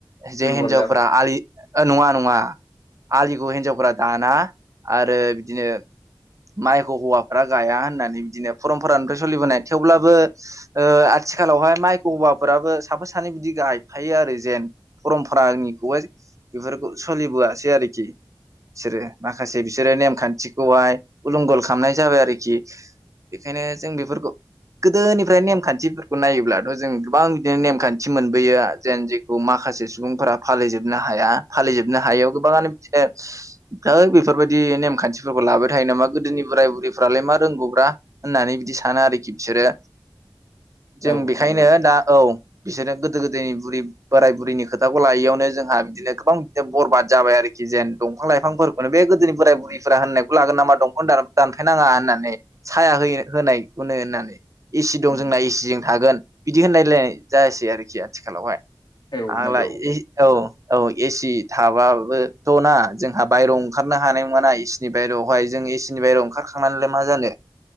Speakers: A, on the left; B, on the right.
A: दुरबल
B: जे हिन्जावफोरा
A: जाबाय
B: आलि ओ नंङा नंङा। आलिखौ हिनजावफोरा दाना आरो बिदिनो माइखौ हौवाफ्रा गाया होननानै बिदिनो परमपरानिफ्राय सोलिबोनाय थेवब्लाबो ओ आथिखालावहाय माइखौ हौवाफोराबो साफा सानै बिदि गायफायो आरो जेन। परमपरानिखौहाय बेफोरखौ सोलिबोआसै आरोखि। बिसोरो माखासे बिसोरो नेमखान्थिखौहाय उलुंगल खालामनाय जाबाय आरोखि। बेखायनो जों बेफोरखौ गोदोनिफ्राय नेमखान्थि खौ नायोब्लाथ' जों गोबां बिदिनो नेमखान्थि मोथि मोनबोयो जेन जेखौ माखासे सुबुंफोरा फालिजोबनो हाया। फालिजोबनो हायैयाव गोबांङानो बिदिनो होद बेफोरबायदि नेमखान्थिफोरखौ लाबाय थायो नामा गोदोनि बोराय-बुरिफ्रालाय मा रोंगौब्रा होननानै बिदि सानो आरोखि बिसोरो। जों
A: औ
B: बेखायनो
A: नंगौ
B: दा औ बिसोरनो गोदो-गोदायनि बुरि बोराय-बुरैनि खोथाखौ लायैयावनो जोंहा बिदिनो गोबां बिनो बरबाद जाबाय आरोखि जेन दंफां-लाइफांफोरखौ माने बे गोदोनि बोराय-बुरैफोरा होननायखौ लागोन नामा दं दानफाय नांङा होननानै साया होयो होनाय <unintelligible> होननानै एसि दं
A: उम
B: जोंना एसिजों थागोन बिदि होनायलायनाय जायासै आरोखि आथिखालावहाय।
A: औ
B: आग्ला
A: नंगौ
B: औ औ एसि थाबाबोथ' ना जोंहा बायेरायाव ओंखारनो हानाय नंङा एसिनि बायेरायावहाय जों एसि नि बाहेराव' ओंखारखांनानैलाय मा जानो